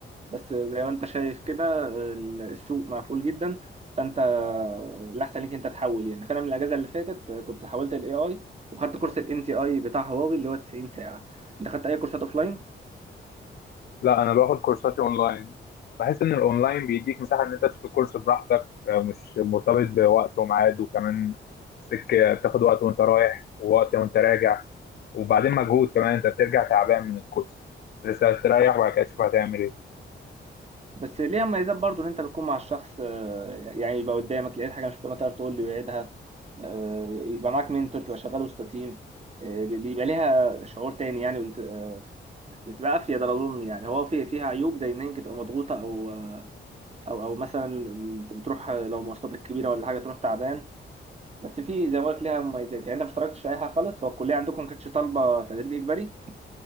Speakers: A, on the right (about 30°); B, on the left (about 55°).
A: بس زي ما انت شايف كده ال- السوق مقفول جدا فانت الاحسن ليك انت تحول يعني فانا من الاجازه اللي فاتت كنت حولت الاي اي وخدت كورس الام تي اي بتاع هواوي اللي هو 90 ساعه انت خدت اي كورسات اوفلاين
B: لا أنا باخد كورساتي أونلاين بحس إن الأونلاين بيديك مساحة إن أنت تشوف الكورس براحتك آه، مش مرتبط بوقت وميعاد وكمان سكة بتاخد وقت وأنت رايح ووقت وأنت راجع وبعدين مجهود كمان أنت بترجع تعبان من الكورس لسه هتريح وبعد كده تشوف هتعمل إيه
A: بس ليها مميزات برضو ان انت بتكون مع الشخص آه، يعني يبقى قدامك لقيت حاجه مش فاهمها تقدر تقول لي ويعيدها آه، يبقى معاك منتور تبقى شغال وسط تيم آه، بيبقى ليها شعور تاني يعني والت- آه، بتبقى افيد اظن يعني هو في فيها عيوب زي ان هي تبقى مضغوطه او آه، او او مثلا انت بتروح لو مواصلاتك كبيره ولا حاجه تروح تعبان بس في زي ما قلت ليها مميزات يعني انت ما اشتركتش في اي حاجه خالص هو الكليه عندكم ما كانتش طالبه تدريب اجباري